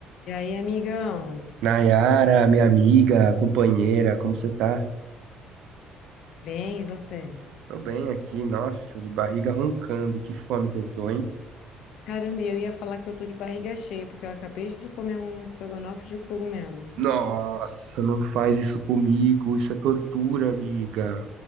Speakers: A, on the left; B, on the right.
A: E aí, amigão?
B: Nayara, minha amiga, companheira, como você tá?
A: Bem, e você?
B: Tô bem aqui, nossa, de barriga roncando, que fome que eu tô, hein?
A: Caramba, eu ia falar que eu tô de barriga cheia, porque eu acabei de comer um estrogonofe de cogumelo.
B: Nossa, não faz isso comigo, isso é tortura, amiga.